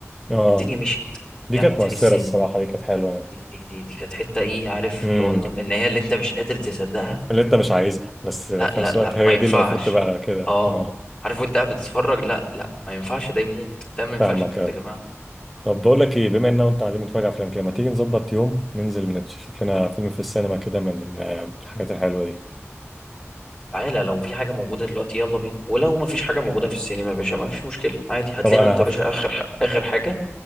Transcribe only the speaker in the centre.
اه
دي
كانت
مؤثره
الصراحه دي كانت حلوه يعني
إمم.
اللي انت مش عايزها بس في
نفس الوقت
هي
دي اللي المفروض تبقى كده
اه
فاهمك
أوي
طب بقول لك ايه بما ان انت قاعدين بنتفرج على افلام كده ما تيجي نظبط يوم ننزل نشوف لنا فيلم في السينما كده من آه، الحاجات الحلوه دي
طب
انا
هفت